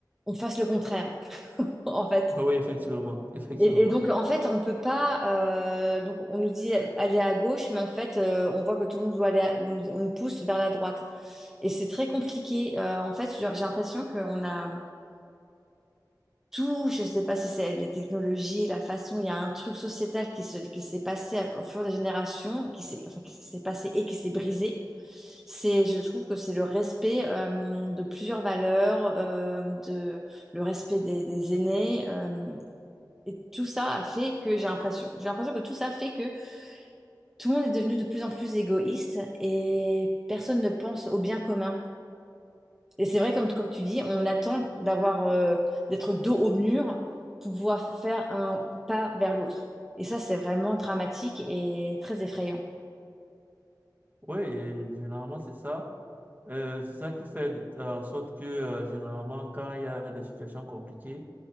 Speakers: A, in the centre; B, on the right.
A: on fasse le contraire. <laughs> En fait,
B: Oui, effectivement, effectivement.
A: Et, et donc, en fait, on peut pas. euh, donc, on nous dit aller à gauche, mais en fait, euh, on voit que tout le monde doit aller. à- nous- on nous pousse vers la droite. Et c'est très compliqué. Euh, en fait, j'ai j'ai l'impression qu'on a tout. Je sais pas si c'est les technologies, la façon. Il y a un truc sociétal qui se, qui s'est passé à- au fur des générations, qui s'est, enfin, qui s'est passé et qui s'est brisé. C'est, je trouve que c'est le respect euh, de plusieurs valeurs, euh, de le respect des, des aînés. euh, et tout ça a fait que j'ai l'impression, j'ai l'impression que tout ça fait que tout le monde est devenu de plus en plus égoïste et personne ne pense au bien commun. Et c'est vrai, comme, comme tu dis, on attend d'avoir, euh, d'être dos au mur pour pouvoir faire un pas vers l'autre. Et ça, c'est vraiment dramatique et très effrayant.
B: Oui, et généralement, c'est ça. Euh, c'est ça qui fait de- euh, en sorte que, euh, généralement, quand il y a des situations compliquées,